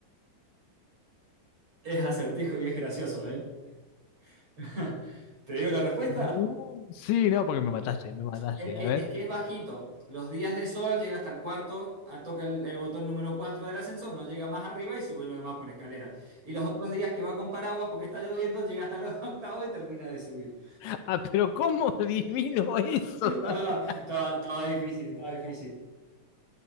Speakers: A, on the right; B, on the left.
A: Es acertijo y es gracioso, ¿eh? <laughs> ¿Te digo la respuesta?
B: No, sí, no, porque me mataste, me mataste.
A: Es que,
B: A ver,
A: es que es bajito. Los días de sol llega hasta el cuarto, ah, toca el, el botón número 4 del ascensor, no llega más arriba y sube lo demás por escalera. Y los otros días que va con paraguas porque está lloviendo, llega hasta los <laughs> octavos y termina de subir.
B: <laughs> ah, pero ¿cómo adivino eso? <laughs> Santi?
A: Ah, estaba, estaba difícil, estaba difícil.